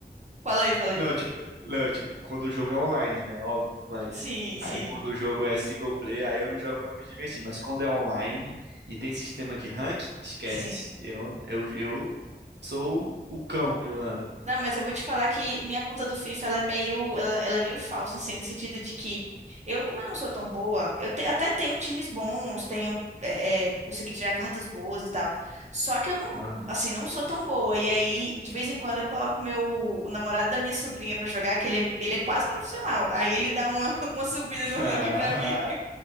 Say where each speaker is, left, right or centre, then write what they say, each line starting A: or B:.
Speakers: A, on the right; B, on the right.
A: Falei, falei.
B: Não, tipo, não, tipo, quando o jogo é online, né? Óbvio, mas
A: Sim, sim,
B: aí quando o jogo é single player, aí eu me jogo pra me divertir. Mas quando é online e tem sistema de rank, esquece.
A: sim.
B: Eu, eu, eu sou o cão jogando.
A: Não, mas eu vou te falar que minha conta do FIFA ela é meio, ela, ela é meio falsa, assim, no sentido de que eu, como eu não sou tão boa, eu te- até tenho times bons, tenho, é, é, consegui tirar cartas boas e tal. Só que eu não,
B: Aham.
A: assim, não sou tão boa. E aí, de vez em quando, eu coloco meu, o namorado da minha sobrinha pra jogar, que ele é, ele é quase profissional. Aí ele dá uma, <laughs> uma subida
B: <laughs>
A: no ranking pra mim.